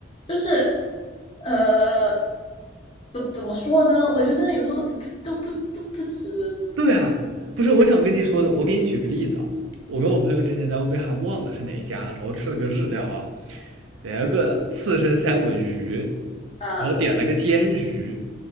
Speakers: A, on the left; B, on the right.
A: 就是呃，怎怎么说呢？我觉得真的有时候都不都不都不值，
B: 对啊，不是我想跟你说的，我给你举个例子啊，我跟我朋友之前在乌贝还忘了是哪一家，
A: 嗯
B: 然后吃了个日料啊，点了个刺身三文鱼，
A: 嗯
B: 然后点了个煎鱼，